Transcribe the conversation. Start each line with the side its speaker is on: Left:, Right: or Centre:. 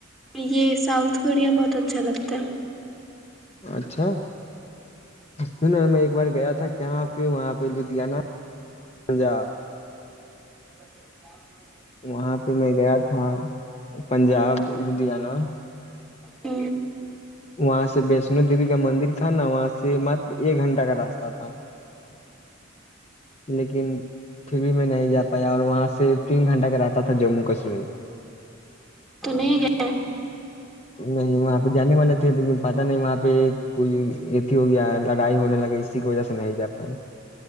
Centre: یہ ساؤتھ کوریا بہت اچھا لگتا ہے
Left: اچھا سنا میں ایک بار گیا تھا کہاں وہاں پہ لدھیانہ پنجاب
Centre: کام کر
Left: وہاں پہ میں گیا تھا پنجاب لدیاانہ
Centre: ہ
Left: وہاں سے ویشنو دیوی کا مندر تھا نا وہاں سے مات ایک گھنٹہ کا راستہ تھا لیکن پھر بھی میں نہیں جا پایا اور وہاں سے تین گھنٹہ کا رہاتتا تھا جموں کشمیر
Centre: تو نہیں گئے
Left: نہیں وہ نے والے تھے لیکن پتا نہیں وہاں پہ کوئی اھی ہو گیا لڑائی ہونے لگی اسی کی وجہ سے نہیں جا پائے